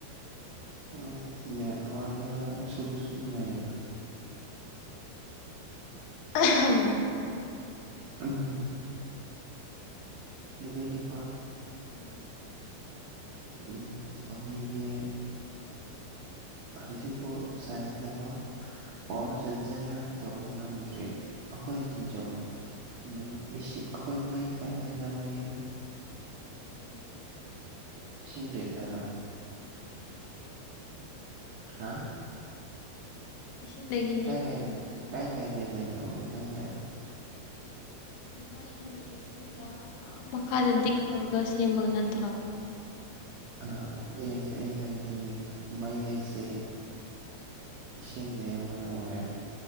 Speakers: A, on the right (about 85°); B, on the left (about 80°).
A: ꯎꯝ ꯅꯦꯠꯋꯥꯔꯛꯅ ꯁꯨꯔꯨ ꯁꯨꯔꯨ ꯅꯩꯕ꯭ꯔꯥ
B: ꯑꯍꯝ
A: ꯎꯝ ꯂꯨꯋꯤꯅꯦꯀꯣ
B: ꯎꯝ
A: ꯎꯝ ꯑꯩꯈꯣꯏꯒꯤ ꯍꯧꯖꯤꯕꯨ ꯁꯥꯏꯟꯁꯅꯀꯣ ꯄꯋꯥꯔꯁꯦ
B: ꯎꯝ
A: ꯖꯦꯅꯦꯔꯦꯠ ꯇꯧꯕ ꯅꯝꯗ꯭ꯔꯤ ꯑꯩꯈꯣꯏꯖꯤꯖꯧ
B: ꯎꯝ
A: ꯎꯝ ꯑꯦꯁꯤ- ꯑꯩꯈꯣꯏ ꯃꯩ ꯀꯥꯏꯗ ꯂꯧꯔꯤ
B: ꯏꯁꯤꯡꯗꯒꯤ
A: ꯏꯁꯤꯡꯗꯒꯤ ꯗꯥꯔꯥ
B: ꯑꯔꯠꯇꯒꯤ
A: ꯍꯥ
B: ꯏꯁꯤꯡꯗꯒꯤ
A: ꯀꯥꯏ ꯀꯥꯏ ꯀꯥꯏ ꯀꯥꯏꯗꯦ ꯃꯩꯩꯅꯣ ꯈꯤꯇꯪ ꯍꯥꯏꯔ
B: ꯃꯩꯁꯤꯦ ꯏꯁꯤꯡꯒ ꯃꯈꯥꯗ ꯗꯤꯛ ꯇꯧꯔꯒ ꯁꯦꯝꯕꯒ ꯅꯠꯇ꯭ꯔꯣ
A: ꯑ ꯑꯩ ꯍꯥꯏꯁꯦ ꯑꯩ ꯍꯥꯏꯒꯦ ꯃꯩ ꯍꯥꯏꯁꯦ
B: ꯑꯥ
A: ꯏꯁꯤꯡꯗꯒꯤ ꯑꯃ ꯂꯧꯔꯦ